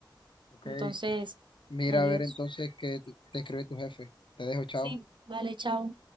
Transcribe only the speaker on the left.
Ok,
mira
a ver entonces qué te te escribe tu jefe. Te dejo, chao.